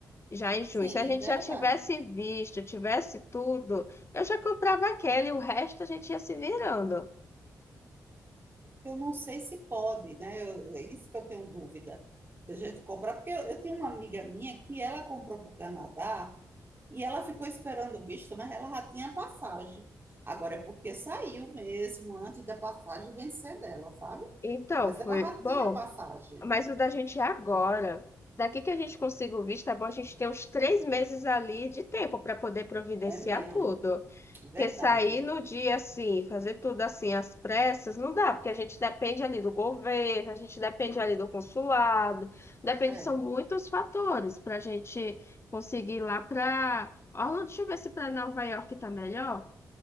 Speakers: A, on the left (about 35°); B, on the right (about 30°).
A: já em junho.
B: sim,
A: Se a gente
B: verdade.
A: já tivesse visto, tivesse tudo, eu já comprava aquela e o resto a gente ia se virando.
B: Eu não sei se pode, né? Eu- é isso que eu tenho dúvida da gente comprar, porque eu, eu tenho uma amiga minha que ela comprou para o Canadá e ela ficou esperando o visto, mas ela já tinha passagem. Agora é porque saiu mesmo antes da passagem vencer dela, sabe?
A: Então,
B: Mas
A: foi
B: ela já
A: bom.
B: tinha passagem.
A: Mas o da gente é agora. Daqui que a gente consiga o visto, é bom a gente ter uns três meses ali de tempo para poder providenciar
B: É mesmo,
A: tudo.
B: verdade.
A: Porque sair no dia assim, fazer tudo assim às pressas, não dá, porque a gente depende ali do governo, a gente depende ali do consulado, depende,
B: É,
A: são muitos fatores para a gente conseguir ir lá para. Orlando, deixa eu ver se para Nova York tá melhor.